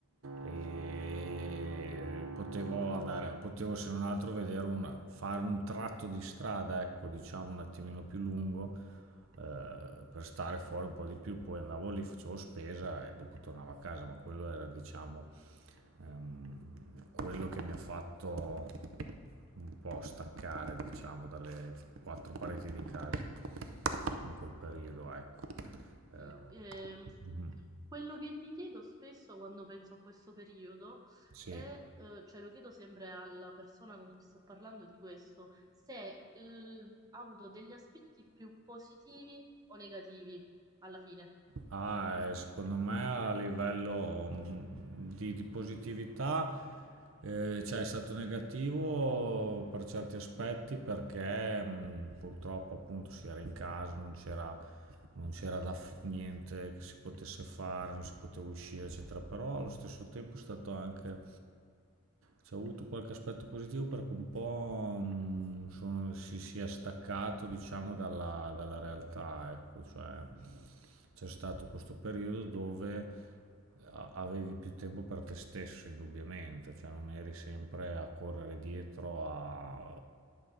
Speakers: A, on the right; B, on the right.
A: e potevo andare potevo se non altro vedere una, fare un tratto di strada ecco diciamo un attimino più lungo eh, per stare fuori un po' di più poi andavo lì facevo spesa e dopo tornavo a casa ma quello era diciamo Ehm, quello che mi ha fatto un po' staccare, diciamo, dalle quattro pareti di casa in quel periodo, ecco. Ehm,
B: Sì, ehm,
A: mhm,
B: quello che mi chiedo spesso quando penso a questo periodo
A: sì.
B: è, eh, cioè lo chiedo sempre alla persona con cui sto parlando di questo, se l- ha avuto degli aspetti più positivi o negativi alla fine.
A: Ah, eh, secondo me a livello mh, di, di positività, eh, cioè è stato negativo per certi aspetti perché mh, purtroppo appunto si era in casa, non c'era non c'era da f- niente che si potesse fare, non si poteva uscire, eccetera, però allo stesso tempo è stato anche c'è avuto qualche aspetto positivo perché un po' mh, sono- si, si è staccato, diciamo, dalla, dalla realtà, ecco, cioè c'è stato questo periodo dove a- avevi più tempo per te stesso, indubbiamente, cioè non eri sempre a correre dietro a